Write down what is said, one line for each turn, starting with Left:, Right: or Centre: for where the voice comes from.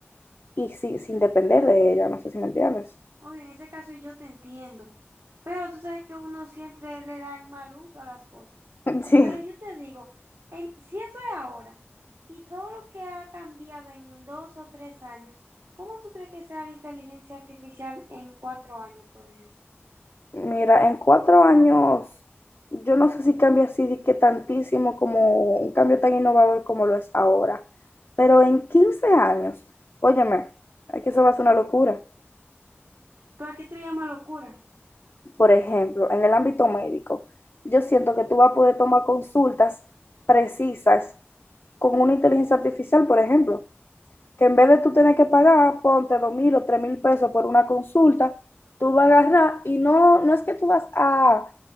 Left: y si- sin depender de ella, no sé si me entiendes.
Right: Obvio, en ese caso yo te entiendo, pero tú sabes que uno siempre le da el mal uso a las cosas.
Left: <laughs> Sí.
Right: Pero yo te digo, en, si esto es ahora y todo lo que ha cambiado en dos o tres años, ¿cómo tú crees que sea la inteligencia artificial en cuatro años, por ejemplo?
Left: Mira, en cuatro años, yo no sé si cambia así de que tantísimo como un cambio tan innovador como lo es ahora, pero en 15 años, óyeme, es que eso va a ser una locura.
Right: Pero aquí tú le llamas locura.
Left: Por ejemplo, en el ámbito médico, yo siento que tú vas a poder tomar consultas precisas con una inteligencia artificial, por ejemplo, que en vez de tú tener que pagar, ponte dos mil o tres mil pesos por una consulta, tú vas a agarrar y no, no es que tú vas a